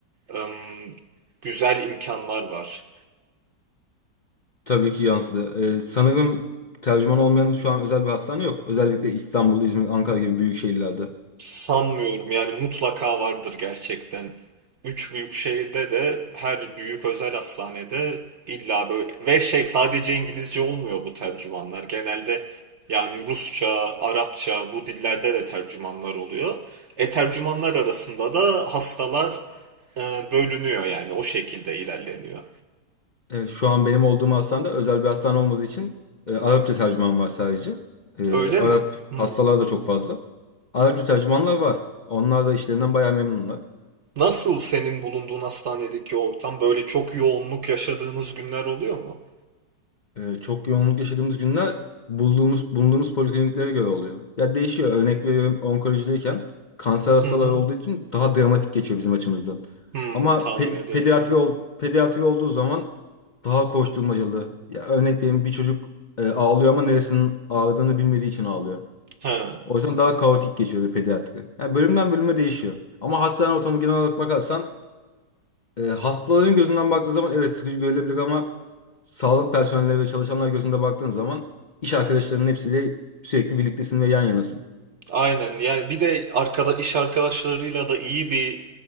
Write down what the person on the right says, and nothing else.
ım, güzel imkanlar var.
Sanmıyorum yani mutlaka vardır gerçekten. Üç büyük şehirde de her büyük özel hastanede illa böyle ve şey sadece İngilizce olmuyor bu tercümanlar. Genelde yani Rusça, Arapça bu dillerde de tercümanlar oluyor. E tercümanlar arasında da hastalar e, bölünüyor yani o şekilde ilerleniyor.
Öyle
mi? Hmm.
Nasıl senin bulunduğun hastanedeki ortam böyle çok yoğunluk yaşadığınız günler oluyor mu?
Hı hı.
Hmm,
tahmin
edebiliyorum.
Ha,
aynen. Yani bir de arkada iş arkadaşlarıyla da iyi bir